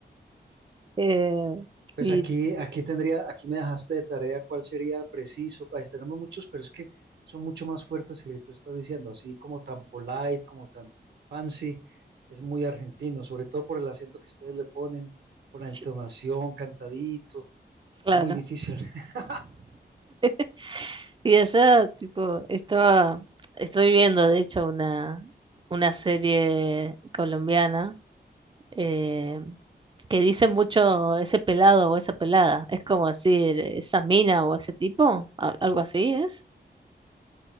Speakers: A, on the right; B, on the right.
A: Eh,
B: Pues
A: y
B: aquí, aquí tendría, aquí me dejaste de tarea cuál sería preciso. Pues tenemos muchos, pero es que son mucho más fuertes que el que tú estás diciendo, así como tan polite, como tan fancy. Es muy argentino, sobre todo por el acento que ustedes le ponen, por la
A: sí,
B: entonación, cantadito.
A: claro.
B: Es muy difícil. <laughs>
A: <laughs> Y allá, tipo, estaba, estoy viendo de hecho una, una serie colombiana eh, que dice mucho ese pelado o esa pelada. Es como decir, esa mina o ese tipo, al- algo así es.